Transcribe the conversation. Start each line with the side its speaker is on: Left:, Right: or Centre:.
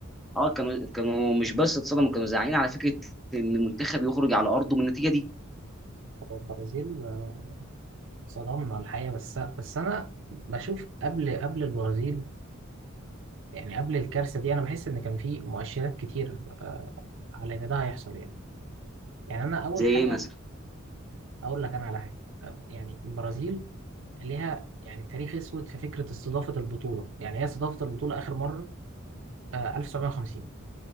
Centre: اه كانوا كانوا مش بس اتصدموا كانوا زعلانين على فكره ان المنتخب يخرج على ارضه من النتيجه دي
Right: هو البرازيل آه، صدمنا الحقيقة بس بس انا بشوف قبل قبل البرازيل يعني قبل الكارثة دي أنا بحس إن كان في مؤشرات كتير آه، على إن ده هيحصل يعني يعني أنا أول
Centre: زي
Right: حاجة
Centre: ايه مثلا
Right: أقول لك أنا على حاجة آه، يعني البرازيل ليها يعني تاريخ أسود في فكرة استضافة البطولة يعني هي استضافت البطولة آخر مرة آه، 1950